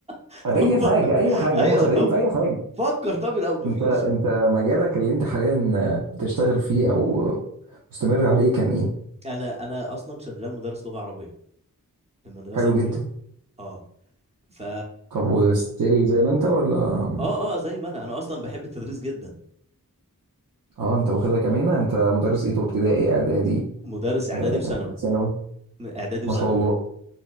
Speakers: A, on the right; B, on the right.
A: <laughs>
B: اي
A: طب
B: حاجه اي حاجه
A: ايوه
B: هم شغالين
A: طب
B: في اي حاجه
A: فكر طب الاول مفيش
B: انت انت مجالك اللي انت حاليا بتشتغل فيه او مستمر عليه كان ايه
A: انا انا اصلا شغال مدرس لغه عربيه في المدرسه
B: حلو
A: لغات
B: جدا
A: اه ف
B: طب وستيل زي ما انت ولا
A: اه اه زي ما انا انا اصلا بحب التدريس جدا
B: اه انت واخدها كمان انت مدرس ايه طب ابتدائي اعدادي
A: مدرس اعدادي
B: آه،
A: وثانوي
B: ثانوي
A: م- اعدادي
B: ما
A: وثانوي
B: شاء الله